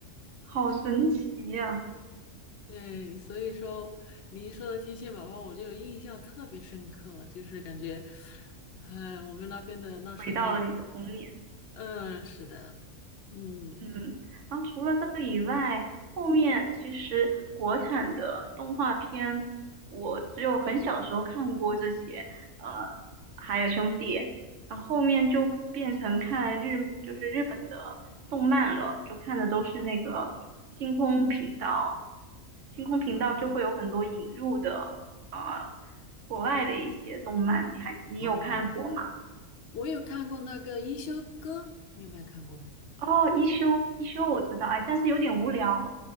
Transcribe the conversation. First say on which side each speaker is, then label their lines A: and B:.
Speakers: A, on the right; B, on the left.
A: 好神奇呀、
B: 对，所以说你一说到天线宝宝，我就有印象特别深刻，就是感觉，嗯，我们那边的那时候，
A: 回到了你的童年。
B: 嗯，是的，嗯
A: 嗯，然后除了这个以外，后面其实国产的动画片，我只有很小的时候看过这些，呃，还有兄弟，然后后面就变成看日，就是日本的动漫了，就看的都是那个星空频道，星空频道就会有很多引入的啊、
B: 嗯
A: 呃国外的一些动漫，你还你有看过吗？
B: 哦，我有看过那个《一休哥》，你有没有看过？
A: 哦，一休一休我知道，哎，但是有点无聊。